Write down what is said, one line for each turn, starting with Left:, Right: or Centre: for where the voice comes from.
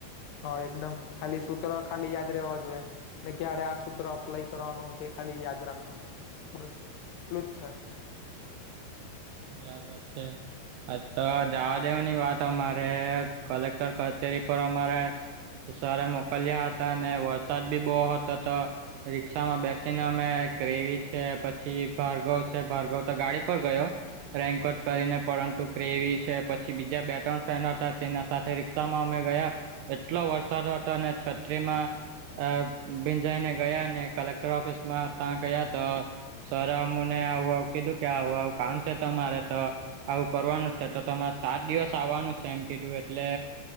Left: હા એકદમ, ખાલી સૂત્રો ખાલી યાદ રહેવા જોઈએ. ને ક્યારે આ સૂત્ર અપ્લાય કરવાનું તે ખાલી યાદ રાખવાનું, બસ એટલું જ છે.
Right: બરાબર છે. અ તો જવા દેવાની વાત અમારે કલેક્ટર કચેરી પર અમારે સરે મોકલ્યા હતા અને વરસાદ બી બવ હતો તો રિક્ષામાં બેસીને અમે ક્રેવી છે પછી ભારગવ ભારગવ તો ગાડી પર ગયો રેન્કોટ કરીને પરંતુ ક્રેવી છે પછી બીજા બે ત્રણ ફ્રેન્ડ હતા તેના સાથે રિક્ષામાં અમે ગયા એટલો વરસાદ હતો અને છત્રીમાં અ ભીંજાઈને ગયા અને કલેક્ટર ઓફિસમાં ત્યાં ગયા તો સરે અમને આવુ આવુ કીધું કે આવુ આવુ, કામ છે તમારે તો આવું કરવાનું છે તો તમારે સાત દિવસ આવવાનું છે એમ કીધું એટલે